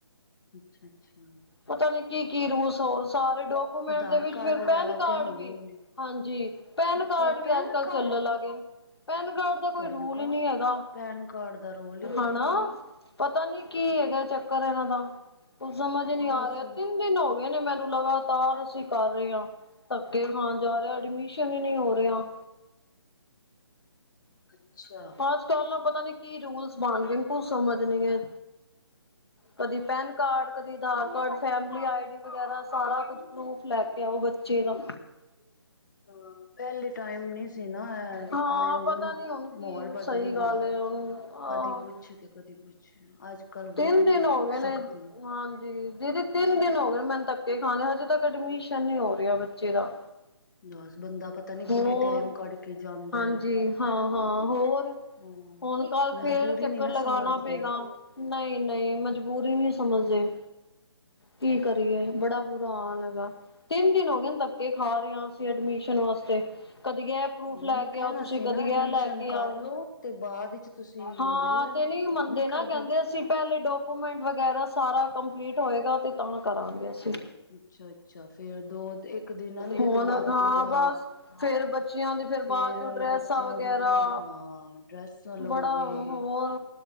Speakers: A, on the left; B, on the left.
A: ਅੱਛਾ- ਅੱਛਾ।
B: ਪਤਾ ਨੀ ਕੀ- ਕੀ ਰੂਲਸ, ਹੋਰ ਸਾਰੇ ਡਾਕੂਮੈਂਟ
A: ਆਧਾਰ
B: ਦੇ ਵਿੱਚ
A: ਕਾਰਡ
B: ਫਿਰ
A: ਵਗੈਰਾ
B: ਪੈਨ ਕਾਰਡ
A: ਤੇ ਹੋਣੇ
B: ਵੀ।
A: ਹੀ ਨੇ
B: ਹਾਂਜੀ, ਪੈਨ
A: ਅੱਛਾ
B: ਕਾਰਡ ਵੀ
A: ਪੈਨ
B: ਅੱਜ -ਕੱਲ੍ਹ
A: ਕਾਰਡ
B: ਚੱਲਣ ਲਾਗੇ, ਪੈਨ ਕਾਰਡ ਦਾ ਕੋਈ
A: ਪੈਨ
B: ਰੂਲ
A: ਕਾਰਡ
B: ਹੀ ਨਹੀਂ ਹੈਗਾ,
A: ਪੈਨ ਕਾਰਡ ਦਾ ਰੋਲ ਹੀ ਨਹੀਂ
B: ਹਨਾ।
A: ਹੈ ਕੋਈ
B: ਪਤਾ ਨੀ ਕੀ ਹੈਗਾ ਚੱਕਰ ਇਹਨਾਂ ਦਾ, ਕੁਝ ਸਮਝ ਨਹੀਂ
A: ਬਸ
B: ਆ ਰਿਹਾ, ਤਿੰਨ ਦਿਨ ਹੋਗੇ ਨੇ ਮੈਨੂੰ ਲਗਾਤਾਰ ਅਸੀਂ ਕਰ ਰਹੇ ਹਾਂ, ਧੱਕੇ ਖਾਣ ਜਾ ਰਿਹਾ, ਐਡਮਿਸ਼ਨ ਹੀ ਨਹੀਂ ਹੋ ਰਿਹਾ।
A: ਅੱਛਾ,
B: ਅੱਜ- ਕੱਲ੍ਹ ਨਾ ਪਤਾ ਨੀ ਕੀ ਰੂਲਸ ਬਣ ਗਏ, ਕੁਛ ਸਮਝ ਨੀ ਐ।
A: <unintelligible> ਹੂੰ
B: ਕਦੇ ਪੈਨ ਕਾਰਡ, ਕਦੀ Aadhaar card, family I D ਵਗੈਰਾ ਸਾਰਾ ਕੁਛ ਪਰੂਫ ਲੈ ਕੇ ਆਓ ਬੱਚੇ ਦਾ।
A: ਹਾਂ, ਪਹਿਲੇ ਟਾਈਮ ਨੀ ਸੀ ਨਾ
B: ਹਾਂ
A: ਆ ਹੁਣ
B: ਪਤਾ ਨੀ ਹੁਣ ਕੀ
A: ਮਾਹੌਲ ਬਦਲੀ
B: ਸਹੀ
A: ਜਾ
B: ਗੱਲ ਹੈ
A: ਰਿਹਾ,
B: ਹੁਣ
A: ਕਦੀ
B: ਆਹ
A: ਕੁਛ ਕੁਛ ਕਦੀ ਕੁਛ ਅੱਜ ਕੱਲ ਬਹੁਤ
B: ਤਿੰਨ ਦਿਨ ਹੋ ਗਏ ਨੇ
A: ਸਖਤੀ ਏ।
B: ਹਾਂ। ਦੀਦੀ ਤਿੰਨ ਦਿਨ ਹੋ ਗਏ ਨੇ ਮੈਨੂੰ ਧੱਕੇ ਖਾਂਦਿਆਂ, ਹਜੇ ਤੱਕ ਐਡਮਿਸ਼ਨ ਨੀ ਹੋ ਰਿਹਾ ਬੱਚੇ ਦਾ।
A: ਬਸ ਬੰਦਾ ਪਤਾ ਨੀ
B: ਹੋਰ
A: ਕਿਵੇਂ ਟੈਮ ਕੱਢ ਕੇ ਜਾਂਦਾ।
B: ਹਾਂਜੀ ਹਾਂ- ਹਾਂ ਹੋਰ,
A: ਹੂੰ।
B: ਹੁਣ ਕੱਲ
A: ਮਜਬੂਰੀ
B: ਫੇਰ ਚੱਕਰ
A: ਨੀ ਨਾ
B: ਲਗਾਣਾ
A: ਸਮਝਦੇ।
B: ਪਏਗਾ।
A: ਹਾਂ
B: ਨਹੀਂ- ਨਹੀਂ ਮਜਬੂਰੀ ਨੀ ਸਮਝਦੇ, ਕੀ ਕਰੀਏ ਬੜਾ ਬੁਰਾ ਆ ਲਗਾ, ਤਿੰਨ ਦਿਨ ਹੋ ਗਏ ਧੱਕੇ ਖਾ ਰਹੇ ਆਂ ਅਸੀਂ ਐਡਮਿਸ਼ਨ ਵਾਸਤੇ, ਕਦੀ ਇਹ- ਪ੍ਰੂਫ
A: ਹਾਂ ਉਹਨੂੰ
B: ਲੈ ਕੇ
A: ਕਹਿਣਾ
B: ਆਓ ਤੁਸੀਂ
A: ਸੀ
B: ਕਦੀ
A: ਨਾ ਐਡਮਿਸ਼ਨ
B: ਇਹ ਲੈ ਕੇ
A: ਕਰਲੋ,
B: ਆਓ
A: ਤੇ ਬਾਅਦ ਤੁਸੀਂ
B: ਹਾਂ
A: ਲੈ ਲੈਣਾ।
B: ਤੇ ਨਹੀਂ ਮੰਨਦੇ
A: ਨੀ ਕਰਦੀ
B: ਨਾ, ਕਹਿੰਦੇ ਅਸੀਂ ਪਹਿਲੇ ਡਾਕੂ ਡਾਕੂਮੈਂਟ ਵਗੈਰਾ ਸਾਰਾ ਕੰਪਲੀਟ ਹੋਏਗਾ, ਤੇ ਤਾਂ ਕਰਾਂਗੇ ਅਸੀਂ।
A: ਅੱਛਾ-ਅੱਛਾ ਫੇਰ ਦੋ ਇੱਕ ਦਿਨ ਆਂਦੇ
B: ਹੁਣ
A: ਤੇ ਲੱਗ
B: ਹਾਂ
A: ਜੇਗਾ।
B: ਬਸ ਫੇਰ ਬੱ ਬੱਚਿਆਂ ਦੀ ਫਿਰ
A: ਫੇਰ
B: ਬਾਅਦ ਚੋਂ ਡਰੈਸਾਂ
A: ਬੱਚਿਆਂ
B: ਵਗੈਰਾ
A: ਦੇ ਫਿਰ ਹਾਂ ਡਰੈਸਾਂ ਲੋਗੇ।
B: ਬੜਾ ਹੋਰ,